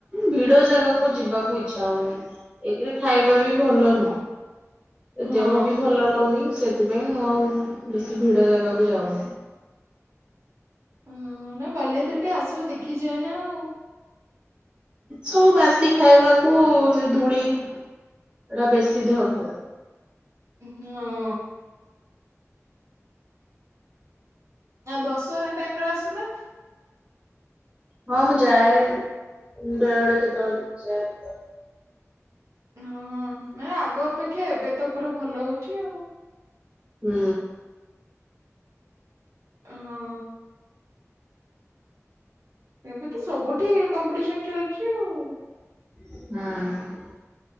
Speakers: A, on the right; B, on the right.
A: ଭିଡ ଜାଗାକୁ ଯିବାକୁ ଇଚ୍ଛା ହଉନି। ଏକରେ ଖାଇବା ବି ଭଲ ନୁହଁ। ଏ
B: ହଁ।
A: ଦେହ ବି ଭଲ ରହୁନି ସେଥିପାଇଁ ମୁଁ ଆଉ ବେଶୀ ଭିଡ ଜାଗାକୁ ଯାଉନି।
B: ହଁ ନା ବାଲିଯାତ୍ର ଟିକେ ଆସିବ ଦେଖିଯିବ ନା ଆଉ।
A: ସବୁ ବାସି ଖାଇବାକୁ ସେ ଧୂଳି ଏଟା ବେଶୀ ଦେହ ଖରାପ।
B: ନାଁ। ଦଶହରା ଟାଇମରେ ଆସୁନା।
A: ହଁ ମୁଁ ଯାଏ ବେଳେ ବେଳେ କେତେବେଳେ କେମିତି ଯାଏ।
B: ହଁ ନାଇଁ ଆଗ ଅପେକ୍ଷା ଏବେ ତ ପୁରା ଭଲ ହୋଉଚି ଆଉ।
A: ହୁଁ।
B: ହୁଁ। ଏବେ ତ ସବୁଠି କମ୍ପିଟିସନ ଚାଲିଛି ଆଉ।
A: ହୁଁ।